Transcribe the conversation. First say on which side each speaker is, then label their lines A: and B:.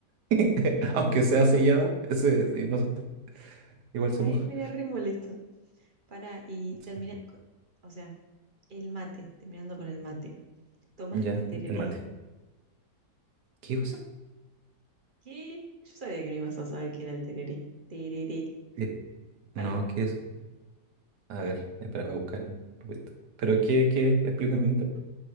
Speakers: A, on the right; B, on the right.
A: <laughs>
B: What?
A: Aunque sea sellada, ese, sí, no sé, igual se
B: A
A: moja.
B: él era re molesto. Para, y
A: Sí.
B: termina, co- o sea, el mate, terminando con el mate. ¿Tomaste
A: Ya,
B: tereré?
A: el mate. ¿Qué cosa?
B: ¿Qué? Yo sabía que no ibas a saber qué era el tereré. Tereré,
A: Eh,
B: búscalo.
A: no, ¿qué es? A ver, espera, voy a buscar un poquito. ¿Pero qué, qué? Explícame. un poco.